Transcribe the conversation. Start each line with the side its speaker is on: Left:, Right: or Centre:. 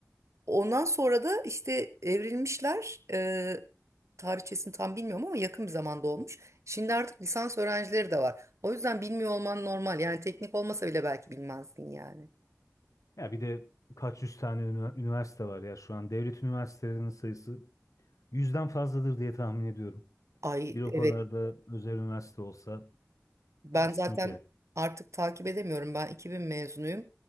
Right: Ondan sonra da işte evrilmişler. Ee, tarihçesini tam bilmiyorum ama yakın bir zamanda olmuş. Şimdi artık lisans öğrencileri de var. O yüzden bilmiyor olman normal. Yani teknik olmasa bile belki bilmezsin yani.
Left: Ya bir de kaç yüz tane ünü- üniversite var ya şu an. Devlet üniversitelerinin sayısı yüzden fazladır diye tahmin ediyorum.
Right: Ay
Left: Bir o
Right: evet
Left: kadar da özel üniversite olsa
Right: ben
Left: yani sıkıntı
Right: zaten
Left: ya.
Right: artık takip edemiyorum. Ben 2000 mezunuyum.